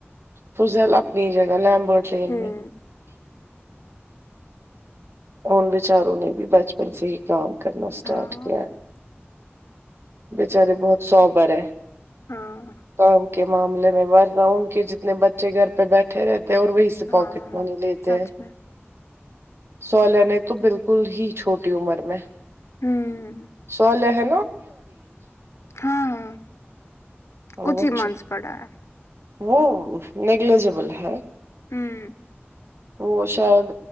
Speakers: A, on the right (about 70°); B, on the left (about 85°).
A: فضل اپنی جگہ لیمبورڈ لین
B: ہوں
A: میں ان بچاروں نے بھی بچپن سے ہی کام کرنا اسٹارٹ
B: ہاں
A: کیا ہے بچاری بہت سوبر ہے
B: ہاں
A: کام کے معاملے میں ورنہ ان کے جتنے بچے گھر پہ بیٹھے رہتے ہیں اور وہی
B: ہاں
A: پاکٹ منی لیتے
B: سچ
A: ہیں
B: میں
A: صالح نے تو بالکل ہی چھوٹی عمر میں
B: ہوں
A: صالح
B: ہاں ہاں
A: وہ
B: کچھ ہی منتھس پڑا ہے
A: وہ نیگلیجبل ہے
B: ہوں
A: وہ شاید